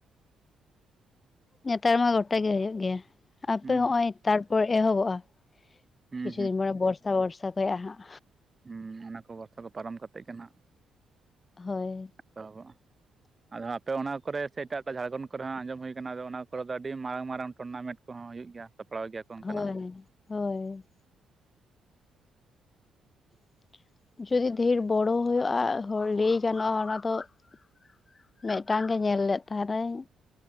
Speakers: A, on the left (about 35°); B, on the right (about 25°).
A: ᱱᱮᱛᱟᱨ ᱢᱟ ᱜᱚᱴᱟ ᱜᱮ ᱦᱩᱭᱩᱜ ᱜᱮᱭᱟ ᱟᱯᱮ
B: ᱦᱩᱸ
A: ᱦᱚᱸᱜᱼᱚᱭ ᱛᱟᱨᱯᱚᱨ ᱮᱦᱚᱵᱚᱜᱼᱟ
B: ᱦᱩᱸ
A: ᱠᱤᱪᱷᱩ ᱫᱤᱱ ᱢᱚᱨᱮ ᱵᱚᱨᱥᱟ ᱵᱚᱨᱥᱟ ᱠᱷᱚᱡ ᱦᱟᱸᱜ
B: ᱦᱮᱸ ᱚᱱᱟ ᱠᱚ ᱵᱚᱨᱥᱟ ᱠᱚ ᱯᱟᱨᱚᱢ ᱠᱟᱛᱮᱫ ᱜᱮ ᱱᱟᱜ
A: ᱦᱳᱭ
B: ᱮᱛᱚᱦᱚᱵᱚᱜᱼᱟ
A: <inaudible>
B: ᱟᱫᱚ ᱟᱯᱮ ᱚᱱᱟ ᱠᱚᱨᱮ ᱥᱮ ᱮᱴᱟᱜ ᱮᱴᱟᱜ ᱡᱷᱟᱲᱠᱷᱚᱸᱰ ᱠᱚᱨᱮ ᱦᱚᱸ ᱟᱸᱡᱚᱢ ᱦᱩᱭ ᱠᱟᱱᱟ ᱟᱫᱚ ᱚᱱᱟ ᱠᱚᱨᱮ ᱫᱚ ᱟᱹᱰᱤ ᱢᱟᱨᱟᱝ ᱢᱟᱨᱟᱝ ᱴᱩᱨᱱᱟᱢᱮᱱᱴ ᱠᱚᱦᱚᱸ ᱦᱩᱭᱩᱜ ᱜᱮᱭᱟ ᱥᱟᱯᱲᱟᱣ ᱜᱮᱭᱟ ᱠᱚ ᱚᱱᱠᱟᱱᱟᱜ
A: ᱦᱳᱭ ᱦᱳᱭ <inaudible> ᱡᱩᱫᱤ ᱰᱷᱮᱨ ᱵᱚᱲᱚ ᱦᱩᱭᱩᱜᱼᱟ ᱞᱮᱭ ᱜᱟᱱᱚᱜᱼᱟ ᱚᱱᱟ ᱫᱚ <unintelligible> <unintelligible> ᱢᱤᱫᱴᱟᱝ ᱜᱮ ᱧᱮᱞ ᱞᱮᱫ ᱛᱟᱦᱮᱱᱤᱧ